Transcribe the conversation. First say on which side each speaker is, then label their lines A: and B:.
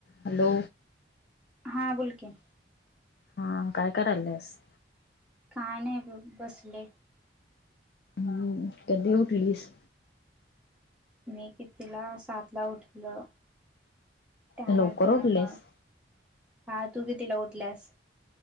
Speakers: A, on the left; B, in the centre.
A: Hello
B: हा बोलकी
A: हा काय करायस
B: का नाही बसले
A: हम कध उठलीस
B: मी कितीिला सात ला उठलं त्याणारथ
A: लवकर उठलेस
B: ना मग हा तू कितीिला उठल्यास